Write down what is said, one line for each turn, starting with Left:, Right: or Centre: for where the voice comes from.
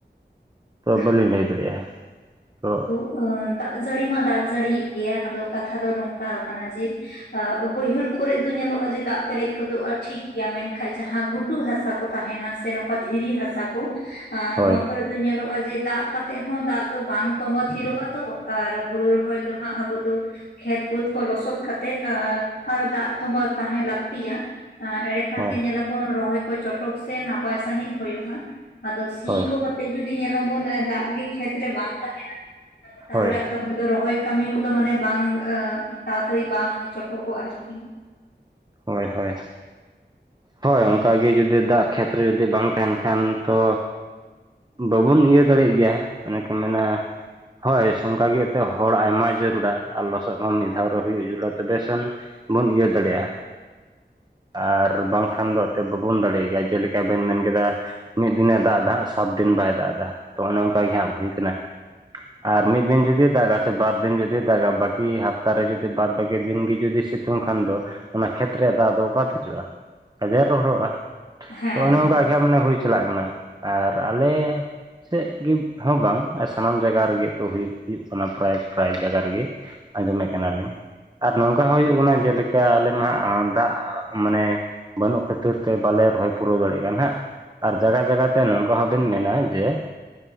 Right: ᱛᱚ
Left: ᱦᱩᱸ
Right: ᱵᱟᱹᱞᱤᱧ ᱞᱟᱹᱭ ᱫᱟᱲᱮᱭᱟᱜ-ᱟ <inaudible> ᱛᱚ
Left: ᱚ ᱫᱟᱜ ᱡᱟᱹᱲᱤ ᱢᱟ ᱫᱟᱜ ᱡᱟᱹᱲᱤᱭᱮᱫ ᱜᱮᱭᱟ ᱟᱫᱚ ᱠᱟᱛᱷᱟ ᱫᱚ ᱱᱚᱝᱠᱟ ᱠᱟᱱᱟ ᱡᱮ ᱵᱟᱹᱭᱦᱟᱹᱲ ᱠᱚᱨᱮᱜ ᱫᱚ ᱧᱮᱞᱚᱜ-ᱟ ᱡᱮ ᱫᱟᱜ ᱯᱮᱨᱮᱡ ᱜᱚᱫᱚᱜ-ᱟ ᱴᱷᱤᱠᱜᱮᱭᱟ ᱢᱮᱱᱠᱷᱟᱱ ᱡᱟᱦᱟᱸ ᱜᱷᱩ ᱴᱩ ᱦᱟᱥᱟ ᱠᱚ ᱛᱟᱦᱮᱱᱟ ᱥᱮ ᱱᱚᱝᱠᱟ ᱫᱷᱤᱨᱤ ᱦᱟᱥᱟ ᱠᱚ ᱱᱚᱣᱟ
Right: ᱦᱳᱭ
Left: ᱠᱚᱨᱮ ᱫᱚ ᱧᱮᱞᱚᱜ-ᱟ ᱡᱮ ᱫᱟᱜ ᱠᱟᱛᱮᱜ ᱦᱚᱸ ᱫᱟᱜ ᱫᱚ ᱵᱟᱝ ᱛᱚᱢᱟ ᱛᱷᱤᱨᱚᱜ-ᱟ ᱛᱚ ᱾ ᱟᱨ ᱦᱩᱲᱩ ᱨᱚᱦᱚᱭ ᱫᱚ ᱦᱟᱸᱜ ᱟᱵᱚ ᱫᱚ ᱠᱷᱮᱛ ᱵᱟᱹᱫᱽ ᱠᱚ ᱞᱚᱥᱚᱫ ᱠᱟᱛᱮᱜ ᱟᱨ ᱫᱟᱜ ᱛᱚᱸᱵᱟ ᱛᱟᱦᱮᱸ ᱞᱟᱹᱠᱛᱤᱭᱟ ᱮᱸᱰᱮ ᱠᱷᱟᱱ
Right: ᱦᱳᱭ
Left: ᱜᱮ ᱧᱮᱞ ᱟᱵᱚᱱ ᱨᱚᱦᱚᱭ ᱠᱚ ᱪᱚᱴᱚᱠ ᱥᱮ ᱱᱟᱯᱟᱭ ᱥᱟᱺᱦᱤᱡ ᱦᱳᱭᱳᱜ-ᱟ᱾ ᱟᱫᱚ ᱥᱤ
Right: ᱦᱳᱭ
Left: ᱠᱚ ᱠᱟ ᱛᱮᱫ ᱡᱩᱫᱤ ᱧᱮᱞᱟᱵᱚᱱ ᱫᱟᱜ ᱜᱮ ᱠᱷᱮᱛ ᱨᱮ ᱵᱟᱝ ᱛᱟᱦᱮᱱᱟ ᱾ <inaudible> ᱛᱟᱦᱚᱞᱮ
Right: ᱦᱳᱭ
Left: ᱟᱫᱚ ᱚᱸᱰᱮ ᱫᱚ ᱨᱚᱦᱚᱭ ᱠᱟᱹᱢᱤ ᱠᱚᱫᱚ ᱢᱟᱱᱮ ᱵᱟᱝ ᱛᱟᱲᱟᱛᱟᱲᱤ ᱵᱟᱝ ᱪᱚᱴᱚᱜᱚᱜ-ᱟ ᱟᱨᱠᱤ ᱾
Right: ᱦᱳᱭ ᱦᱳᱭ ᱾ ᱦᱳᱭ
Left: ᱦᱮᱸ
Right: ᱚᱱᱠᱟᱜᱮ ᱡᱩᱫᱤ ᱫᱟᱜ ᱠᱷᱮᱛᱨᱮ ᱡᱩᱫᱤ ᱵᱟᱝ ᱛᱟᱦᱮᱱ ᱠᱷᱟᱱ ᱛᱚ ᱵᱟᱵᱚᱱ ᱤᱭᱟᱹ ᱫᱟᱲᱮᱭᱟᱜ ᱜᱮᱭᱟ ᱚᱱᱮ ᱠᱚ ᱢᱮᱱᱟ ᱦᱳᱭ <unintelligible> ᱮᱛᱮᱫ ᱦᱚᱲ ᱟᱭᱢᱟ ᱡᱟᱹᱨᱩᱲᱟ ᱟᱨ ᱞᱚᱥᱚᱫ ᱦᱚᱸ ᱢᱤᱫ ᱫᱷᱟᱣ ᱨᱮ ᱦᱩᱭᱩᱜ ᱡᱟᱹᱨᱩᱲᱟ ᱛᱚᱵᱮ ᱥᱮᱱ ᱵᱚᱱ ᱤᱭᱟᱹ ᱫᱟᱲᱮᱭᱟᱜ-ᱟ᱾
Left: <inaudible>
Right: ᱟᱨ ᱵᱟᱝᱠᱷᱟᱱ ᱫᱚ ᱮᱱᱛᱮᱫ ᱵᱟᱵᱚᱱ ᱫᱟᱲᱮᱭᱟᱜ ᱜᱮᱭᱟ ᱡᱮᱞᱮᱠᱟ ᱵᱮᱱ ᱢᱮᱱ ᱠᱮᱫᱟ ᱢᱤᱫ ᱫᱤᱱ ᱮ ᱫᱟᱜ ᱮᱫᱟ ᱦᱟᱸᱜ ᱥᱟᱛ ᱫᱤᱱ ᱵᱟᱭ ᱫᱟᱜ ᱮᱫᱟ, ᱛᱚ ᱚᱱᱮ ᱚᱱᱠᱟ ᱜᱮ ᱦᱟᱸᱜ ᱦᱩᱭ ᱠᱟᱱᱟ ᱾ ᱟᱨ ᱢᱤᱫ ᱫᱤᱱ ᱡᱩᱫᱤ ᱫᱟᱜᱟ ᱥᱮ ᱵᱟᱨ ᱫᱤᱱ ᱡᱩᱫᱤ ᱫᱟᱜᱟ ᱵᱟᱹᱠᱤ ᱦᱟᱯᱛᱟ ᱨᱮ ᱡᱩᱫᱤ ᱵᱟᱫᱽ ᱵᱟᱹᱠᱤ ᱫᱤᱱ ᱜᱮ ᱡᱩᱫᱤ ᱥᱤ ᱛᱩᱝ ᱠᱷᱟᱱ ᱫᱚ ᱚᱱᱟ ᱠᱷᱮᱛ ᱨᱮᱭᱟᱜ ᱫᱟᱜ ᱫᱚ ᱚᱠᱟ ᱛᱮ ᱦᱤᱡᱩᱜ-ᱟ ᱾ ᱠᱟᱡᱟᱠ ᱨᱚᱦᱚᱲᱚᱜ-ᱟ
Left: ᱦᱮᱸ
Right: ᱛᱚ ᱚᱱᱮ
Left: ᱦᱮᱸ
Right: ᱚᱱᱠᱟ ᱜᱮ ᱦᱟᱜ ᱢᱟᱱᱮ ᱦᱩᱭ ᱪᱟᱞᱟᱜ ᱠᱟᱱᱟ ᱾ ᱟᱨ ᱟᱞᱮ ᱥᱮᱫ ᱜᱮ ᱦᱚᱸ ᱵᱟᱝ ᱟᱨ ᱥᱟᱱᱟᱢ ᱡᱟᱭᱜᱟ ᱨᱮᱜᱮ ᱛᱚ ᱦᱩᱭᱩᱜ ᱦᱩᱭᱩᱜ ᱠᱟᱱᱟ ᱯᱨᱟᱭ ᱯᱨᱟᱭ ᱡᱟᱭᱜᱟ ᱨᱮᱜᱮ ᱾ ᱟᱸᱡᱚᱢᱮᱫ ᱠᱟᱱᱟᱞᱤᱧ ᱾ ᱟᱨ ᱱᱚᱝᱠᱟ ᱦᱚᱸ ᱦᱩᱭᱩᱜ ᱠᱟᱱᱟ ᱡᱮᱞᱮᱠᱟ ᱟᱞᱮ ᱢᱟ ᱦᱟᱸᱜ ᱫᱟᱜ ᱢᱟᱱᱮ ᱵᱟᱹᱱᱩᱜ ᱠᱷᱟᱹᱛᱤᱨ ᱛᱮ ᱵᱟᱞᱮ ᱨᱚᱦᱚᱭ ᱯᱩᱨᱟᱹᱣ ᱫᱟᱲᱮᱭᱟᱜ ᱠᱟᱱ ᱦᱟᱸᱜ ᱾ ᱟᱨ ᱡᱟᱜᱟ ᱡᱟᱜᱟ ᱛᱮ ᱱᱚᱝᱠᱟ ᱦᱚᱸᱵᱤᱱ ᱢᱮᱱᱼᱟ ᱡᱮ